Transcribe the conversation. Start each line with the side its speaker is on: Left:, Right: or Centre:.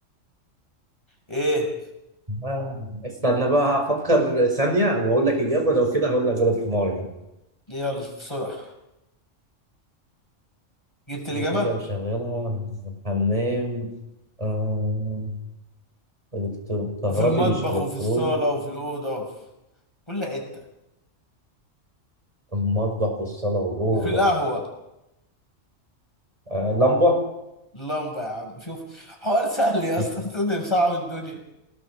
Left: ايه
Right: آه، استنى بقى افكر ثانية واقول لك اجابة لو كده هقول لك غلب حمار يعني
Left: يلا بسرعه جبت الاجابه
Right: حاجة بشغلها حمام آه... إلكترو... كهربي
Left: وفي المطبخ
Right: مش إلكتروني
Left: وفي الصاله وفي الاوضه وفي كل حته
Right: المطبخ والصالة والأوضة
Left: وفي القهوه
Right: آه... لمبة
Left: اللمبه يا عم شوف حوار سهل يا
Right: <laughs>
Left: اسطى <laughs> انت بتصعب الدنيا